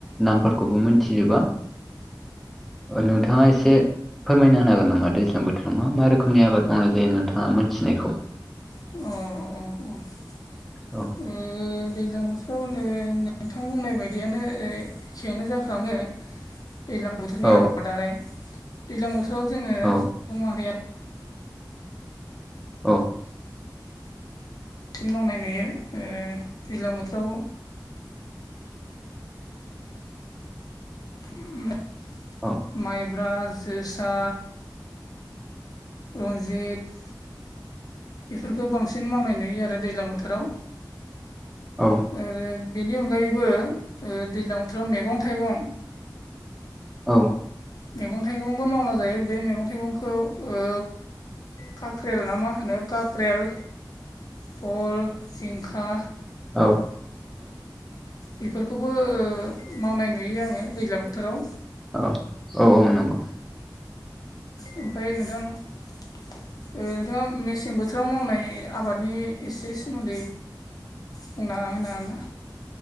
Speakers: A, in the centre; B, on the left.
A: नामफोरखौबो मिनथिजोबा। नोंथाङा एसे फोरमायना होनो हागोन नामा दैज्लां बोथोराव मा मा रोखोमनि आबाद मावनाय जायो नोंथाङा मोनथिनायखौ
B: अ अ अ
A: औ
B: ओ दैज्लां बोथोरावनो नोंथां बुंनाय बायदियानो एखेआनो जाफ्रामो दैज्लां बोथोरनि
A: औ
B: आबादालाय दैज्लां बोथोराव जोंङो
A: औ
B: सुबुं माहारिया
A: औ
B: फिन मावनाय नुयो ओ दैज्लां बोथोराव। <inaudible>
A: अ
B: माइब्रा जोसा। रन्जित बेफोरफोरखौ बांसिन मावनाय नुयो आरो दैज्लां बोथोराव
A: औ
B: आरो बेनि अनगायैबो दैज्लां बोथोराव मैगं थाइगं
A: औ
B: मैगं थाइगंबो मावना जायो बे मैगं थाइगंखौ ओ काख्रेल ना मा होनो काख्रेल भल जिंखा
A: औ
B: बेफोरखौबो मावनाय नुयो आङो दैज्लां बोथोराव।
A: औ औ औ नंगौ।
B: ओमफाय नोंथां नोंथाङा मेसें बो बोथोराव मावनाय आबादनि एसे सोमोन्दै बुंना होनो आरोना?